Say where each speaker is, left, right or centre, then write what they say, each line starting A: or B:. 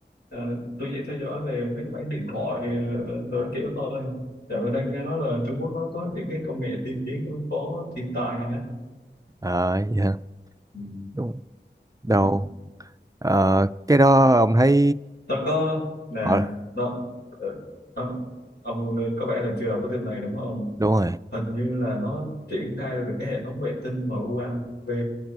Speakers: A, on the left; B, on the right.
A: ờ, tôi chỉ theo dõi về mấy cái bản điện thoại ờ, đồ kiểu thôi. Dạo này đang nghe nói là Trung Quốc nó có những cái công nghệ tiên tiến ứng phó thiên tai á.
B: Ờ, dạ,
A: Ừ.
B: đúng, đâu,
A: ừ.
B: Ờ, cái đó ông thấy,
A: Tôi có, nè,
B: họ,
A: nó, ờ, ông, ông có vẻ là chưa đọc cái tin này đúng không?
B: đúng rồi,
A: Hình như là nó triển khai được cái hệ thống vệ tinh mà MUAV